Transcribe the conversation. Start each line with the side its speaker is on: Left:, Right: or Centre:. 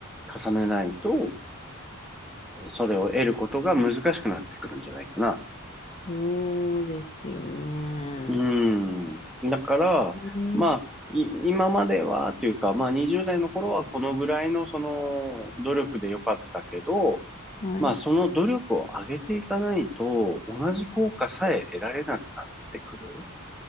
Centre: 重ねないと、それを得ることが難しくなってくるんじゃないかな。
Left: そうですよね。
Centre: うん。だから、
Left: え
Centre: まあ、い今まではというか、まあ20代の頃はこのぐらいのその努力でよかったけど、
Left: はい。
Centre: まあその努力を上げていかないと同じ効果さえ得られなくなってくる。